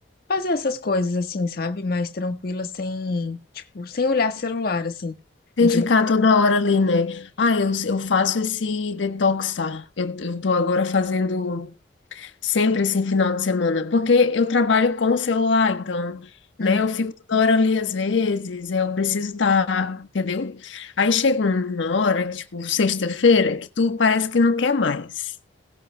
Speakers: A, on the left; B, on the left.
A: fazer essas coisas assim, sabe? Mais tranquila, sem, tipo, sem olhar celular, assim.
B: Tem
A: A gente
B: que ficar
A: vai...
B: toda hora ali, né? Ah, eu, eu faço esse detox, tá? Eu, eu tô agora fazendo sempre esse final de semana, porque eu trabalho com o celular, então,
A: Hum.
B: né? Eu fico toda hora ali às vezes, é, eu preciso estar, entendeu? Aí chega uma hora, que, tipo, sexta-feira, que tu parece que não quer mais.